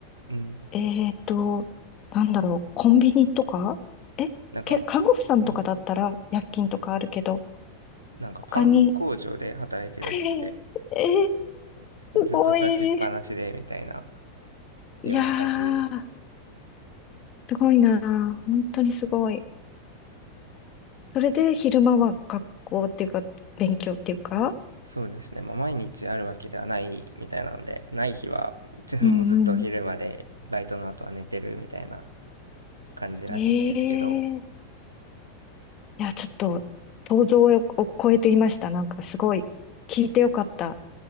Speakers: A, on the right (about 80°); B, on the left (about 35°).
A: うん。
B: えっと、なんだろう、コンビニとかえ、
A: なんか、
B: け、看護婦さんとかだったら夜勤とかあるけど、
A: んなんかパン工場で働いてるらしくて、
B: 他に、<laughs> えーえー
A: ずっと立ちっぱなしでみたいな、
B: すごい。
A: 夜中中。
B: いやー。すごいなぁ。本当にすごい。それで昼間は学校っていうか、勉強っていうか。
A: そうですね、まあ、毎日あるわけではないみたいなので、ない日は、ちょっともうずっと昼まで、
B: うんうん。
A: バイトの後は寝てるみたいな感じらしいんですけど、
B: ええいや、ちょっと想像を超えていました。なんかすごい、聞いてよかった。